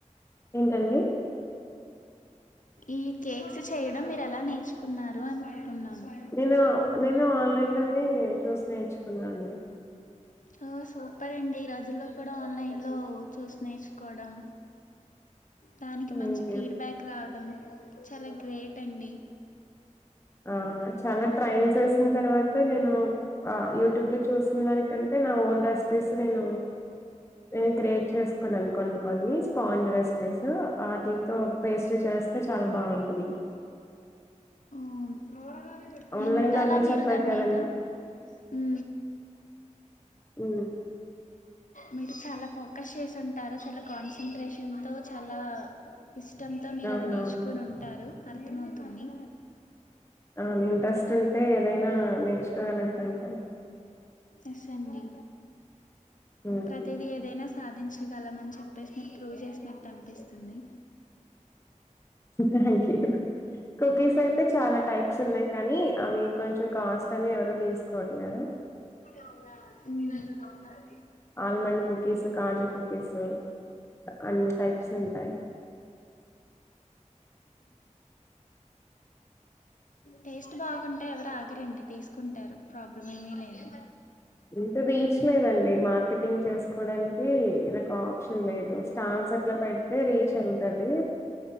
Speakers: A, on the left; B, on the left.
A: ఏంటండి
B: ఈ కేక్స్ చేయడం మీరు ఎలా నేర్చుకున్నారు అని <unintelligible>
A: నేను నేను ఆన్లైన్ లోనే చూసి నేర్చుకున్నానండి
B: ఓ సూపర్ అండి ఈ రజుల్లో కూడా ఆన్లైన్ లో చూసి నేర్చుకోవడం దానికి మంచి
A: థ్యాంక్
B: ఫీడ్
A: యూ
B: బ్యాక్ రావడం చాలా గ్రేట్ అండి
A: ఆ చాలా ట్రయల్ చేసిన తర్వాత నేను యూట్యూబ్ లో చూసిన దానికంటే నా ఓన్ రెసిపీస్ నేను నేను క్రియేట్ చేసుకున్నా అను కొం కొన్ని స్పాంజ్ రెసిపీస్ వాటిలతో పేస్ట చేస్త అస్తే చాలా బాగుంటుంది
B: వు
A: ఆన్లైన్
B: ఎంతలా
A: లో అన్ని
B: మీరు
A: చెప్పారు
B: దాని
A: కదండి
B: మీద ఉ
A: ఉ
B: మీరు చాలా ఫోకస్ చేసింటారు చాలా కాన్సట్రేషన్తో చాలా ఇష్టంతో మీరు
A: అవునవును
B: అది నే చుకొని ఉంటారు అర్థమవుతుంది
A: అ ఇంట్రెస్ట్ ఉంటే ఏదైనా నేర్చు ల ఇత అంతా
B: ఎసండి
A: ఉమ్
B: ప్రతిది ఏదైనా సాధించగలమని చెప్పేసి మీరు ప్రూవ్ చేసినట్టు అనిపిస్తుంది
A: థ్యాంక్ యూ కుకీస్ అయితే చాలా టైప్స్ ఉన్నాయి కానీ అవి కొంచెం కాస్ట్ అని ఎవరు తీసుకోవట్లేదు
B: అవునా మీ దగ్గర దొరుకుతాయా
A: ఆల్మండ్ కుకీస్ కాజు కుకీస్ అన్ని టైప్స్ ఉంటాయి
B: టేస్ట్ బాగుంటాయి ఎవరు ఆగరండి తీసుకుంటారు ప్రాబ్లం ఏమీ లేదు
A: ఇంకా రీచ్ లేదండి మార్ మార్కెటింగ్ చేసుకోవడానికి ఇ ఒక ఆప్షన్ లేదు స్టాల్స్ అట్లా పెడితే రీచ్ ఎల్ తది